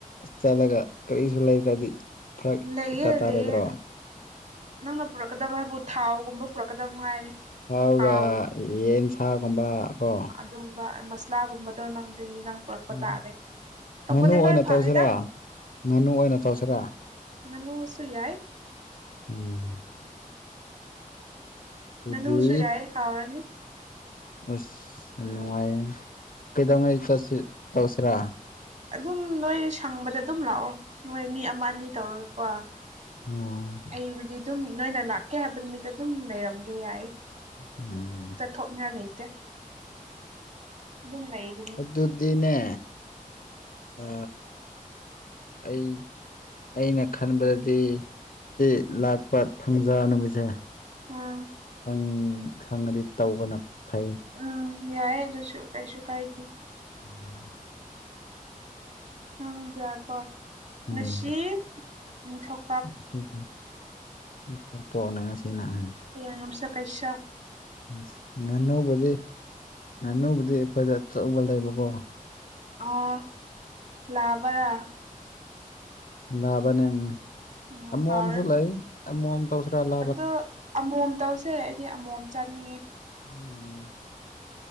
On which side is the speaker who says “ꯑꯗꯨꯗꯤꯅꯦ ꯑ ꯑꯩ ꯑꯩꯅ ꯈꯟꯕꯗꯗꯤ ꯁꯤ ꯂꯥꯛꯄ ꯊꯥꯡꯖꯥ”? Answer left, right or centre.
Left